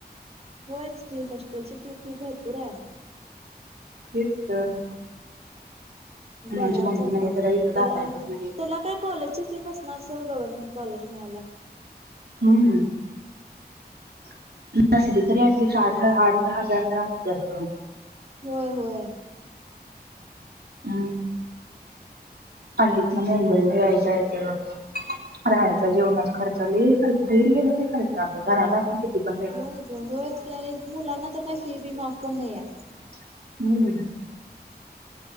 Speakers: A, on the right (about 40°); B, on the right (about 70°).
A: होयच की हॉस्टेलची फी फी भरपूर आहे.
B: तेच तर आणि
A: बघायच
B: आमची मम्मी
A: आता
B: नाही
A: मग
B: इथं
A: त्याला
B: घालायचंच नाही
A: त्याला काय कॉलेजची ती नसणार सोड गव्हर्मेंट कॉलेज मिळाला.
B: हम्म <inaudible> तरी ॲटटिस्ट आठ
A: बघाय
B: आठ दहा दहा अकरा <unintelligible>
A: होय होय.
B: हं आणि इथन मुंबईला यायचं जायचं राहायचं जेवणाचा खर्च लय खर्च <unintelligible> घरात असण किती पण वेगळ
A: होय ग होयच की आणि मुलांना तर काय फी बी माफ पण नाहीये.
B: <inaudible>